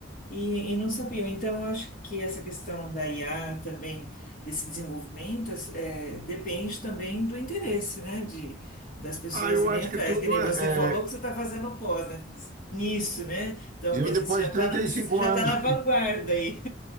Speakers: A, on the left (about 50°); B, on the right (about 45°).
A: e, e não sabiam. Então, eu acho que essa questão da IA também, desse desenvolvimento, eh, depende também do interesse, né, de, das pessoas
B: Ah, eu
A: irem
B: acho
A: atrás.
B: que tudo
A: Que nem
B: é.
A: você falou que
B: é-
A: você está fazendo pós, né, nisso, né? Então,
B: Eu,
A: quer dizer,
B: depois
A: você já
B: de
A: está
B: trinta
A: na,
B: e
A: você
B: cinco
A: já
B: anos
A: tá na vanguarda aí.